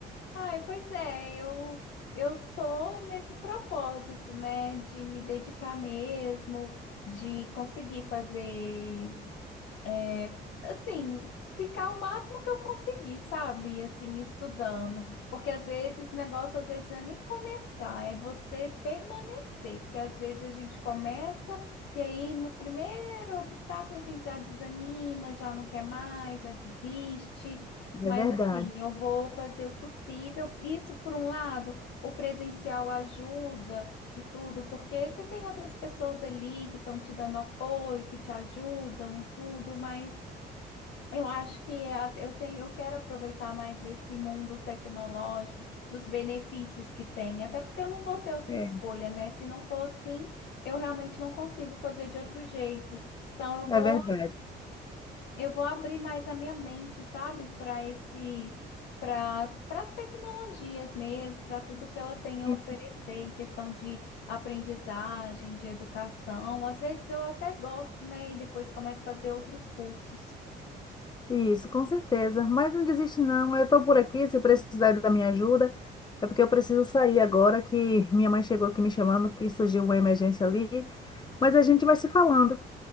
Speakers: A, on the left; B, on the left.
A: Ai, pois é, eu eu tô nesse propósito, né, de me dedicar mesmo, de conseguir fazer É, assim, ficar o máximo que eu conseguir, sabe? Assim, estudando. Porque às vezes, negócio às vezes não é nem começar, é você permanecer. Porque às vezes a gente começa e aí no primeiro obstáculo a gente já desanima, já não quer mais, já desiste. Mas
B: É verdade.
A: assim, eu vou fazer o possível. Isso, por um lado, o presencial ajuda e tudo, porque você tem outras pessoas ali que estão te dando apoio, que te ajudam e tudo, mas eu acho que é a- eu tenho, eu quero aproveitar mais desse mundo tecnológico, dos benefícios que tem, até porque eu não vou ter outra
B: É,
A: escolha, né? Se não for assim, eu realmente não consigo fazer de outro jeito. Então eu
B: é
A: vou
B: verdade.
A: eu vou abrir mais a minha mente, sabe, para esse, para para as tecnologias mesmo, para tudo que ela tem a
B: E-
A: oferecer em questão de aprendizagem, de educação. Às vezes eu até gosto, né? E depois começo a fazer outros cursos.
B: Isso, com certeza. Mas não desiste, não. Eu estou por aqui, se precisar da minha ajuda. É porque eu preciso sair agora, que minha mãe chegou aqui me chamando, que surgiu uma emergência ali. Mas a gente vai se falando.